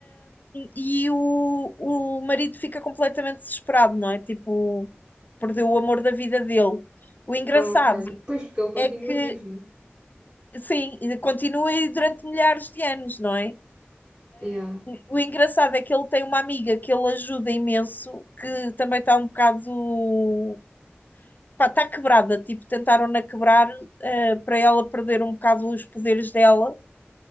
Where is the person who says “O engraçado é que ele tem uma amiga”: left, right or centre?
Left